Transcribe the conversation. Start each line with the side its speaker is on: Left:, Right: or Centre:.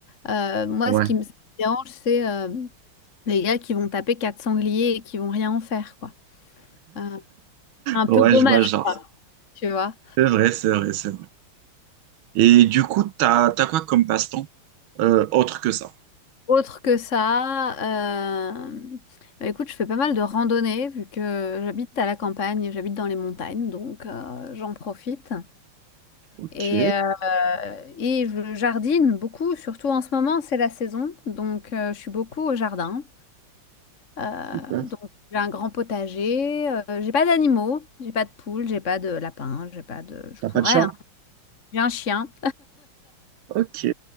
Left: Heu, moi,
Right: Ouais,
Left: ce qui me ce qui me dérange, c'est, hem Des gars qui vont taper quatre sangliers et qui vont rien en faire, quoi. Euh, un peu
Right: ouais,
Left: dommage,
Right: je vois le genre.
Left: quoi, tu vois.
Right: C'est vrai, c'est vrai, c'est vrai. Et du coup, t'as, t'as quoi comme passe-temps euh, autre que ça?
Left: Autre que ça, euh, bah, écoute, je fais pas mal de randonnées vu que j'habite à la campagne, et j'habite dans les montagnes, donc euh, j'en profite.
Right: Ok,
Left: Et, euh, et je jardine beaucoup, surtout en ce moment, c'est la saison, donc euh, je suis beaucoup au jardin. Euh,
Right: Super.
Left: donc j'ai un grand potager, euh, j'ai pas d'animaux, j'ai pas de poules, j'ai pas de lapins, j'ai pas de... Je
Right: T'as
Left: pourrais,
Right: pas de chat?
Left: hein. J'ai un chien.
Right: ok,